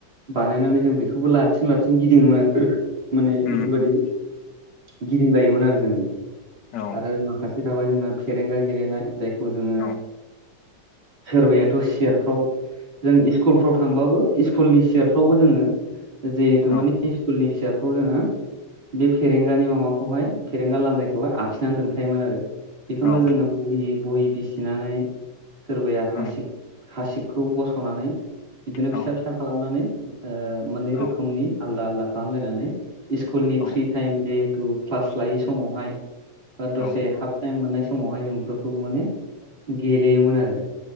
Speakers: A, on the right; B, on the left.
A: बानायनानै जों बेखौबो लाथिं लाथिं गिदिङोमोन माने
B: ओम
A: बेफोरबायदि
B: होम
A: गिदिंलायोमोन आरो जों
B: औ
A: आरो माखासे थाबाय जोंङो फेरेंगा गेलेनाय जायखौ जोङो
B: औ
A: सोरबायाथ' सियारफ्राव जों इस्कुलफ्राव थांबाबो इस्कुलनि सियारफ्रावबो जोङो जिहेतु
B: औ
A: माने इस्कुलनि सियारफ्राव जोङो बे फेरेंगानि माबाखौहाय फेरेंगा लान्दायखौहाय आखिनानै दोनखायोमोन आरो। बेखौनो
B: औ
A: जोङो बहि बहि बिसिनानै सोरबाया
B: उम
A: हासिब हासिबखौ बस'नानै बिदिनो
B: औ
A: फिसा फिसा खालामनानै ओ मोननै
B: औ
A: रोखोमनि आलदा आलदा खालामलायनानै इस्कुलनि
B: औ
A: फ्रि टाइम जिहेतु क्लास लायै समावहाय बा दसे
B: औ
A: हाफ टाइम मोननाय समावहाय जों बेफोरखौ माने गेलेयोमोन आरो